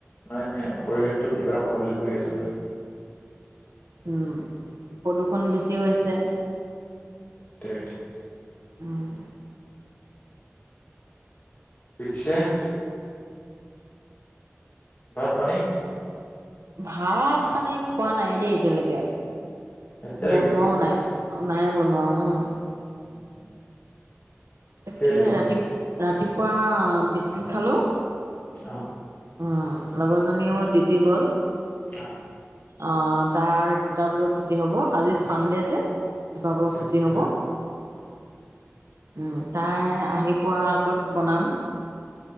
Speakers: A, on the left (about 35°); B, on the right (about 85°).
A: মানে পৰিৱেশটো কিবা হ'বলৈ গৈ আছে মানে।
B: উম, প্ৰদূষণ বেছি হৈছে।
A: সিটোৱে সিটোৱে।
B: উম।
A: পিছে ভাত-পানী?
B: ভাত মানে খোৱা নাই দেই এতিয়ালৈকে,
A: এতিয়ালৈকে
B: বনোৱাও নাই। নাই বনোৱা, উম।
A: উম,
B: তাকে
A: কেলে
B: ৰাতি - ৰাতিপুৱা বিস্কুট খালোঁ।
A: অ'।
B: উ, লগৰজনীও ডিউটি গ'ল।
A: অ'।
B: অ তাৰ দুটা বজাত ছুটি হ'ব আজি চানডে যে। দুটা
A: আচ্ছা
B: বজাত
A: আচ্ছা
B: ছুটি হ'ব। উম,
A: অ
B: তাই আহি পোৱা আগত বনাম।